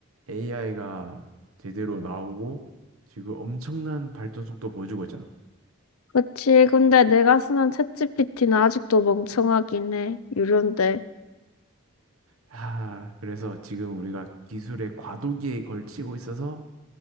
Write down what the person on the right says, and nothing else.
AI가 제대로 나오고 지금 엄청난 발전 속도 보여주고 있잖아.
아, 그래서 지금 우리가 기술의 과도기에 걸치고 있어서